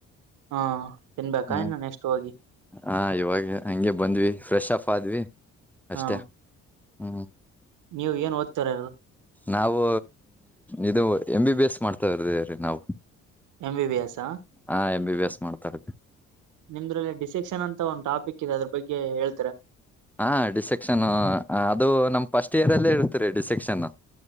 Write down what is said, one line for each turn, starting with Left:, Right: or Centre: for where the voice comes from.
Right: ಹಾ ತಿನ್ಬೇಕಾ
Centre: ಹ್ಮ
Right: ಇನ್ನು ನೆಕ್ಸ್ಟ್ ಹೋಗಿ
Centre: ಹಾ ಇವಾಗೆ ಹಂಗೆ ಬಂದ್ವಿ. ಫ್ರೆಶ್ ಅಪ್ ಆದ್ವಿ ಅಷ್ಟೇ
Right: ಹಾ
Centre: ಹ್ಮ್.
Right: ನೀವು ಏನ್ ಓದ್ತಾರ
Centre: ನಾವು ಇದು ಎಮ್ ಬಿ ಬಿ ಎಸ್ ಮಾಡ್ತಾರದೀ ನಾವು.
Right: ಎಂ ಬಿ ಬಿ ಎಸ್ ಹಾ.
Centre: ಹಾ ಎಂ ಬಿ ಬಿ ಎಸ್ ಮಾಡ್ತ ಇರದ್ರಿ.
Right: ನಿಮ್ದ್ರಲ್ಲಿ ಡಿಸ್ಸೆಕ್ಷನ್ ಅಂತ ಒಂದು ಟಾಪಿಕ್ ಇದೆ ಅದ್ರ ಬಗ್ಗೆ ಹೇಳ್
Centre: ಹಾ ಡಿಸ್ಸೆಕ್ಷನ್ ಅದು ನಮ್ ಫಸ್ಟ್ ಇಯರ್ ಅಲ್ಲೇ ಇರ್ತರಿ ಡಿಸ್ಸೆಕ್ಷನ್.